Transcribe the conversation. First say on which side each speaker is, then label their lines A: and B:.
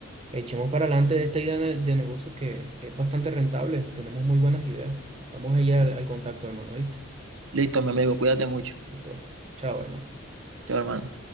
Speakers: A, on the right (about 30°); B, on the right (about 80°).
A: echemos para adelante esta idea de, de negocio que es bastante rentable. Tenemos muy buenas ideas. Estamos ahí al, al contacto, hermano, ¿viste?
B: Listo, mi amigo, cuídate mucho.
A: Listo. Chao, hermano.
B: Chao, hermano.